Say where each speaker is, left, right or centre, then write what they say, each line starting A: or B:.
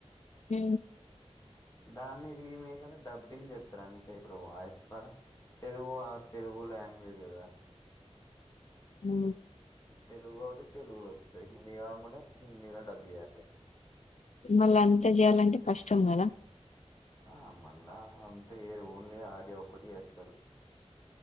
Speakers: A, on the left; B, on the left.
A: హ
B: దాన్ని రీమేక్ అని డబ్బింగ్ చేస్తారు అంతే ఇప్పుడు వాయిస్ కూడా తెలుగు తెలుగు లాంగ్వేజ్ కదా
A: ఉ
B: తెలుగు ఒకటి తెలుగులో వస్తుంది హిందీ కానుకుంటడా హిందీలా డబ్బు చేయాలి
A: మళ్ళ అంతా చేయాలంటే కష్టం కదా
B: ఆ మళ్ళా అంతా ఏరు ఓన్లే ఆడియో ఒకటి వస్తారు